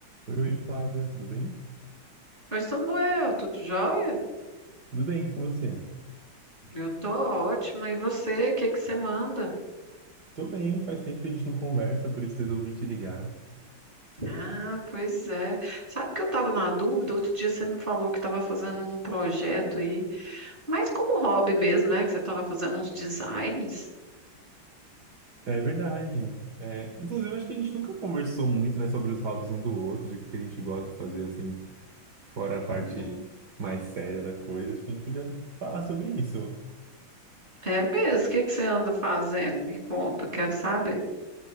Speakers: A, on the right; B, on the right.
A: Oi, oi, Flávia, tudo bem?
B: Oi, Samuel, tudo jóia?
A: Tudo bem com você?
B: Eu tô ótima. E você, o que que você manda?
A: Tô bem, faz tempo que a gente não conversa, por isso resolvi te ligar.
B: Ah, pois é. Sabe que eu tava na dúvida? Outro dia você me falou que tava fazendo um projeto aí, mas como hobby mesmo, né? Que você tava fazendo uns designs.
A: É verdade. É, inclusive, acho que a gente nunca conversou muito, né, sobre os hobbies um do outro, o que a gente gosta de fazer, assim, fora a parte
B: Uhum.
A: mais séria da coisa. Acho que a gente podia falar sobre isso.
B: É mesmo? O que que você anda fazendo? Me conta, quero saber.